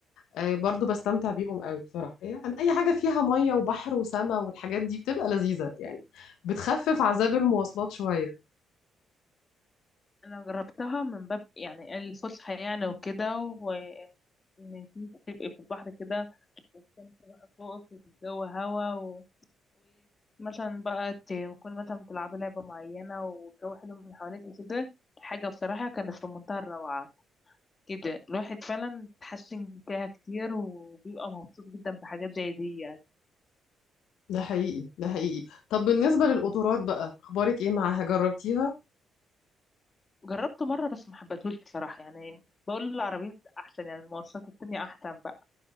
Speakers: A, on the left; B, on the left.
A: آه برضه بستمتع بيهم قوي بصراحة يعني أي حاجة فيها مية وبحر وسماء والحاجات دي بتبقى لذيذة يعني بتخفف عذاب المواصلات شوية
B: انا جربتها من باب يعني الفسحه يعني وكده وان انت تبقي في البحر كده والشمس بقى فوقك والجو هوا و... ومثلا بقى تكون مثلا بتلعبي لعبه معينه والجو حلو من حواليكي كده حاجه بصراحه كانت في منتهى الروعه كده الواحد فعلا تحسن فيها كتير وبيبقى مبسوط جدا بحاجات زي دي يعني
A: ده حقيقي ده حقيقي طب بالنسبة للقطارات بقى أخبارك إيه معاها جربتيها
B: جربته مره بس ما حبيتهوش بصراحه يعني بقول العربيات احسن يعني المواصلات التانية احسن بقى.